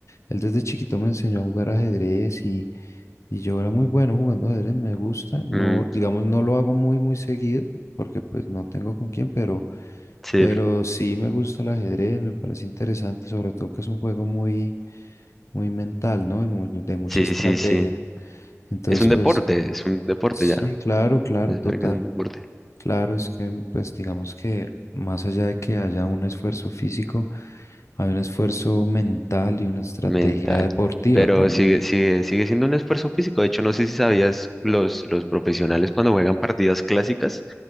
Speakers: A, on the left; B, in the centre.
A: él desde chiquito me enseñó a jugar ajedrez y, y yo era muy bueno jugando ajedrez, me gusta, no,
B: Mm,
A: digamos, no lo hago muy, muy seguido, porque pues no tengo con quién, pero,
B: sí,
A: pero sí me gusta el ajedrez, me parece interesante, sobre todo que es un juego muy, muy mental, ¿no? Y mu- De mucha
B: sí,
A: estrategia,
B: sí, sí.
A: entonces
B: Es un deporte,
A: pues...
B: es un deporte
A: Sí,
B: ya.
A: claro, claro,
B: Es
A: total.
B: un deporte.
A: Claro, es que pues digamos que más allá de que haya un esfuerzo físico, hay un esfuerzo mental y una estrategia
B: mental.
A: deportiva
B: Pero
A: también.
B: sigue, sigue, sigue siendo un esfuerzo físico. De hecho, no sé si sabías los, los profesionales cuando juegan partidas clásicas,